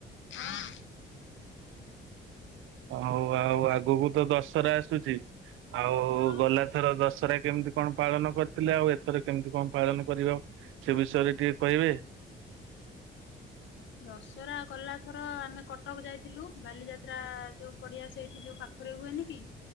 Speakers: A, on the left; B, on the right.
A: ହଁ
B: ହଉ ଆଉ ଆଗକୁ ତ ଦଶହରା ଆସୁଛି ଆଉ
A: ହଁ
B: ଗଲାଥର ଦଶହରା କେମିତି କଣ ପାଳନ କରିଥିଲେ ଆଉ ଏଥର କେମିତି କଣ ପାଳନ କରିବା ସେ ବିଷୟରେ ଟିକେ କହିବେ?
A: ଦଶହରା ଗଲାଥର ଆମେ କଟକ ଯାଇଥିଲୁ ବାଲିଯାତ୍ରା ଯୋଉ ପଡିଆ ସେଠି ଯୋଉ ପାଖରେ ହୁଏନି କି?